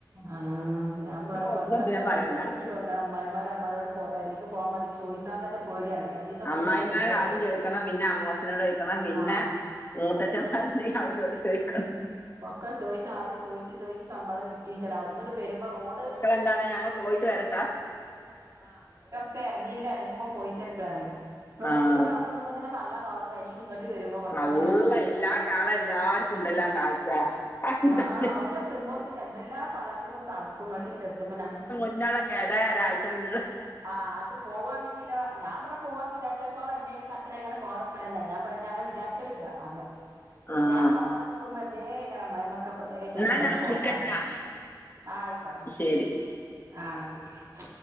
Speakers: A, on the right; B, on the left.
A: ആഹ് ഞാൻ പറി പണ്ടൊക്കെ
B: ഒന്നും എന്തിനാ പറയണ്ട
A: നമ്മള് കെട്ടിക്കൊട്ന്നാ. അമ്മായിമാര അമാരോട് പെരിക് പോകമാണ്ടി ചോയ്ചാതന്നെ പേടിയാണ് രണ്ടിസം
B: അമ്മായിമാര്
A: മുന്നെന്നെ ചോയിചെകും
B: ആദ്യം ചോദിക്കണം പിന്നെ അമ്മോസിനോട് ചോദിക്കണം പിന്നെ
A: ആഹ്
B: മൂത്തച്ഛന്മാരുണ്ടെങ്കി അവരോട് ചോദിക്കണം
A: ഒക്കെ ചോയിച്ച് ആദ്യം ചോയിച്ചു ചോയിച്ച് സമ്മതം കിട്ടി. തീ അവിടെന്ന്ണ്ട് വരുമ്പോ റോഡ്
B: എന്താണ് ഞങ്ങള് പോയിട്ട് വരട്ടാ
A: ആഹ് ഓരൊക്കെ എറങ്ങിയിട്ട് ഇറങ്ങുമ്പ പോയിട്ട് വരട്ടെറിം
B: ആഹ്
A: റോട്ട്ന്റെ അവ്ടെ എതുംമ്പതിന് പള്ള കാളും ഇങ്ങട്ട് വരുമ്പോ പടചൊനെ
B: നല്ല എല്ലാ കാലം എല്ലാർക്കും ഉണ്ടല്ലോ ആ കാഴ്ച അതെന്താണ്
A: ആഹ് അവുടെ എത്തുമ്പോത്തിന് എന്തെല്ലാ പള്ളന്റെ ഉള്ള്ന്ന് തളക്കും ഇങ്ങട്ട് ഇങ്ങട്ട് എത്തുമ്പോ നമ്മ
B: പിന്നുള്ളക്കെട ഒരാഴ്ച മുന്നള്
A: ആഹ് അടു പോവാണെങ്കിലൊ ഞാൻവിടെ പോവാ വിരിച്ചടത്തോള എന്തെലും കച്ചറയ്ക്കാണ്ട് പോവാതെ നിക്കലെന്നാണ്. ഞാൻ പറഞ്ഞഞ് അങ്ങനെ വിചാരിച്ചലുല്ല ആദ്യം
B: ആഹ്
A: ഞാൻ പോകാൻ നിക്കുമ്പോ എന്തേയ്ക്കരം. അമ്മായിമ്മാക്ക് അപ്പത്തേലും ആയിക്കാണ്ട്
B: എന്നാ
A: അന്ന്
B: ഞാൻ
A: പോവണ്ടാറിം
B: വിളിക്കട്ടാ
A: ആഹ് ആയിക്കോട്ടെ
B: ശരി
A: ആഹ് ശെരി